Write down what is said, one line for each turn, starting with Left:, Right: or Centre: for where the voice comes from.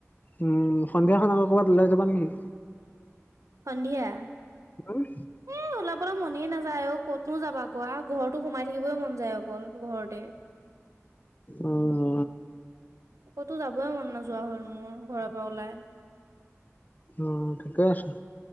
Left: উম সন্ধিয়াখন আকৌ ক'ৰবাত ওলাই যাবা নেকি
Right: সন্ধিয়া।
Left: উম।
Right: এ ওলাবলৈ মনে নাযায় আউ ক'তনো যাবা কোৱা ঘৰতো সোমাই থাকিবই মন যায় অকল, ঘৰতেই।
Left: অ',
Right: ক'তো যাবয়ে মন নোযোৱা হ'ল মোৰ ঘৰৰ পৰা ওলাই।
Left: অ, ঠিকে আছে।